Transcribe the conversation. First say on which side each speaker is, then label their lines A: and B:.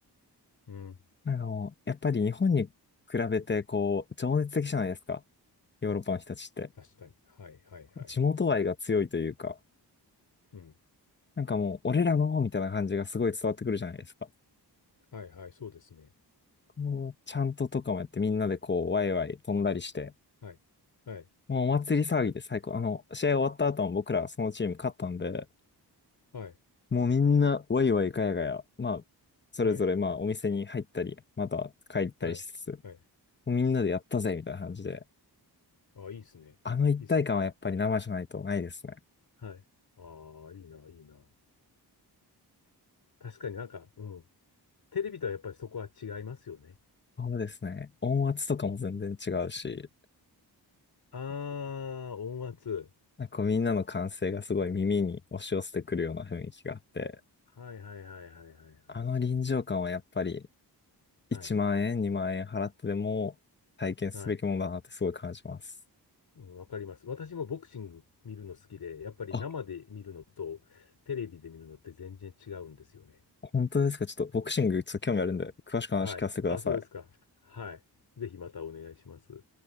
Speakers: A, on the left; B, on the left.
A: うん
B: なんかもう、やっぱり日本に比べて、こう、情熱的じゃないですか。ヨーロッパの人たちって。
A: 確かに。はいはいはい。
B: 地元愛が強いというか、
A: うん。
B: なんかもう、俺らの、みたいな感じがすごい伝わってくるじゃないですか。
A: はいはい、そうですね。
B: こう、ちゃんととかもやって、みんなでこう、ワイワイ飛んだりして、
A: はい。はい。
B: もうお祭り騒ぎで最高。あの、試合終わった後も僕らそのチーム勝ったんで、
A: はい。
B: もうみんな、ワイワイガヤガヤ、まあ、それぞれ、
A: はい。
B: まあ、お店に入ったり、また帰ったりしつつ、
A: はい。
B: も
A: はい。
B: うみんなでやったぜ、みたいな感じで。
A: あ、いいですね。
B: あの一体感はやっぱり生じゃないとないですね。
A: いいですね。はい。ああ、いいな、いいな。確かになんか、うん。テレビとはやっぱりそこは違いますよね。
B: そうですね。音圧とかも全然違うし、
A: ああ、音圧。
B: なんかこうみんなの歓声がすごい耳に押し寄せてくるような雰囲気があって、
A: はいはいはいはいはいはい。
B: あの臨場感はやっぱり
A: はい。
B: 1万円、2万円払ってでも体験すべきものだなってすごい感じます。
A: はい。うん、わかります。私もボクシング見るの好きで、やっぱり生で見るのとテレビで見るのって全然違うんですよね。
B: あ、本当ですかちょっとボクシングちょっと興味あるんで、詳しく話聞かせてください。
A: はい。あ、そうですか。はい。ぜひまたお願いします。